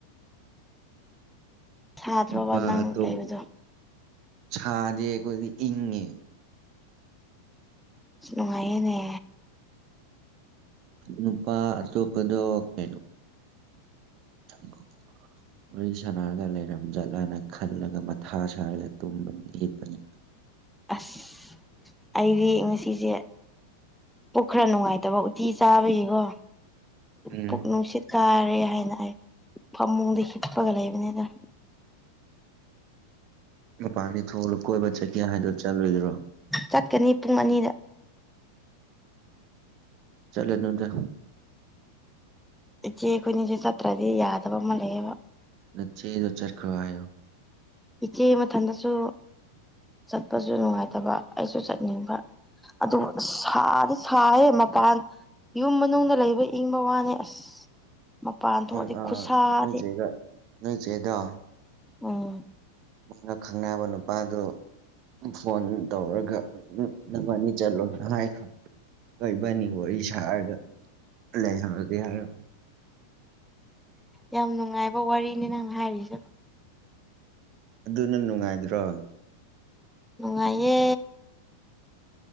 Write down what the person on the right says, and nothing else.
ꯅꯨꯄꯥꯇꯣ
ꯆꯥꯗꯤꯈꯣꯏꯗꯤ ꯏꯪꯉꯦ
ꯅꯨꯄꯥ ꯑ ꯇꯣꯄꯗꯣ <unintelligible> <unintelligible> ꯋꯥꯔꯤ ꯁꯥꯅꯔꯒ ꯂꯩꯔꯝ ꯠꯂꯅ ꯈꯜꯂꯒ ꯃꯊꯥ ꯁꯥꯔꯒ ꯇꯨꯝꯕꯅꯤ ꯍꯠꯄꯅꯤ
ꯎꯝ
ꯃꯄꯥꯟꯗꯤ ꯊꯣꯂꯨ ꯀꯣꯏꯕ ꯆꯠꯀꯦ ꯍꯥꯏꯗꯗꯨ ꯆꯠꯂꯨꯗ꯭ꯔꯣ
ꯆꯂꯦ ꯑꯗꯨ ꯅꯗ
ꯅꯆꯦꯗ ꯆꯔꯈꯔꯣ ꯍꯥꯏꯣ
ꯃꯣꯏ ꯑ
<unintelligible> ꯅꯣꯏ ꯆꯦꯗ
ꯃꯅ ꯈꯪꯅꯕ ꯅꯨꯄꯥꯗꯨ ꯐꯣꯟ ꯇꯧꯔꯒ ꯅ ꯑꯅꯤ ꯆꯠꯂꯣꯅ ꯍꯥꯏꯈ꯭ꯔꯣ ꯑꯣꯏꯣꯏꯕꯅꯤ ꯋꯥꯔꯤ ꯁꯥꯔꯒ ꯂꯩꯍꯧꯔꯒꯦ ꯍꯥꯏꯔ
ꯑꯗꯨꯅ ꯅꯨꯡꯉꯥꯏꯗ꯭ꯔꯣ